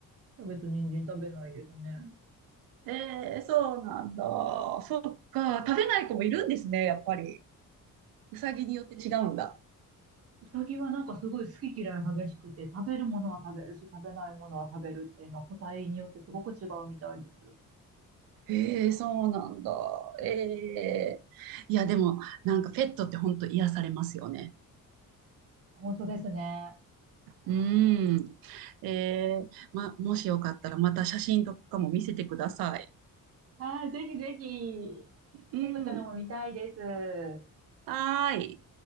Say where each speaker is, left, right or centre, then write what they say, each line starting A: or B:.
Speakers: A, on the right; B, on the right.
A: キャベツ、人参食べないですね。
B: えー、そうなんだ。そっか。食べない子もいるんですね、やっぱり。うさぎによって違うんだ。
A: うさぎはなんかすごい好き嫌い激しくて、食べるものは食べるし、食べないものは食べるっていうのは個体によってすごく違うみたいです。
B: えー、そうなんだ。えー、いや、でも、なんかペットって本当癒されますよね。
A: 本当ですね。
B: うん。えー、ま、もしよかったらまた写真とかも見せてください。
A: はい、ぜひぜひ、
B: うん。
A: 猫ちゃんも見たいです。
B: はーい。